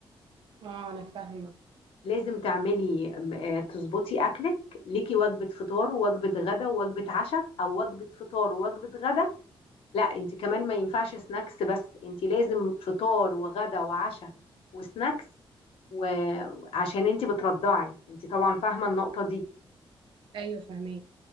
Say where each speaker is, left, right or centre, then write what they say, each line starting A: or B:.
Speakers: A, on the right; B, on the left.
A: اه انا فاهمه
B: لازم تعملي م- آه، تظبطي اكلك ليكي وجبه فطار ووجبه غدا ووجبه عشاء او وجبه فطار ووجبه غدا لا انت كمان ما ينفعش سناكس بس انت لازم فطار وغدا وعشاء وسناكس وعشان انت بترضعي انت طبعا فاهمه النقطه دي
A: ايوه فاهماك